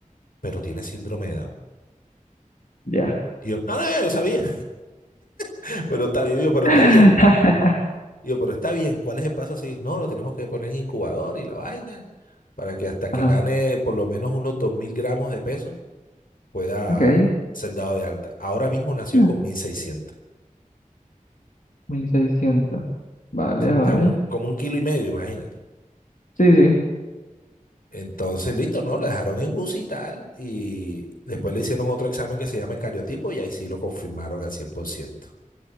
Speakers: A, on the left (about 80°); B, on the left (about 65°).
A: pero tiene síndrome de Down.
B: ya.
A: Y yo, ah, no, ya yo sabía, <laughs> pero está, bien, pero
B: <laughs>
A: está bien. Digo, pero está bien, ¿cuál es el paso a seguir? No, lo tenemos que poner en incubador y la vaina, para que hasta que
B: Ajá,
A: gane por lo menos unos 2.000 gramos de peso pueda
B: ok.
A: ser dado de alta. Ahora mismo nació
B: Ah,
A: con mil seiscientos
B: mil seiscientos, Vale, vale.
A: o sea, un- como un kilo y medio, imagínate.
B: Sí, sí,
A: Entonces, listo, ¿no? Lo dejaron en UCI y tal, y después le hicieron otro examen que se llama el cariotipo y ahí sí lo confirmaron al cien por ciento